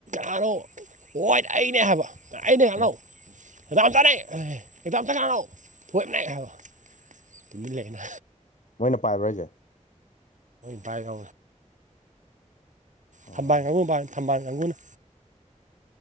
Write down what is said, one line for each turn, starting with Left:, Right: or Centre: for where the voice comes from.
Right: ꯅꯥꯔꯣ ꯍꯣꯏ ꯑꯩꯅꯦ ꯍꯥꯏꯕ ꯑꯩꯅꯦ ꯍꯜꯂꯣ
Left: ꯎꯝ
Right: ꯍꯗꯥ ꯑꯝꯇꯔ ꯍꯦꯛꯇ ꯑꯝꯇ ꯀꯥꯟꯅꯛ ꯐꯣꯏꯅ ꯍꯥꯏꯕ ꯇꯃꯤ ꯂꯩꯅ
Left: ꯃꯣꯏꯅ ꯄꯥꯏꯕ꯭ꯔꯣ ꯍꯥꯏꯁꯦ
Right: ꯄꯥꯏꯒ
Left: ꯑꯣ
Right: ꯊꯝꯕꯥꯜ ꯀꯥꯡꯕꯨ ꯊꯝꯕꯥꯜ ꯀꯥꯡꯕꯨꯅ